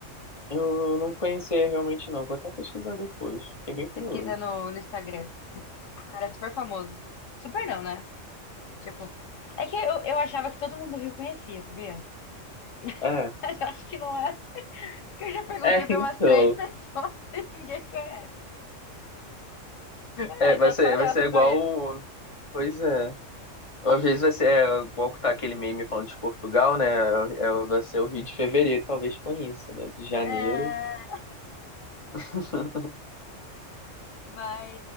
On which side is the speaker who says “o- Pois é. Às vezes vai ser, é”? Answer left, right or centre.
Left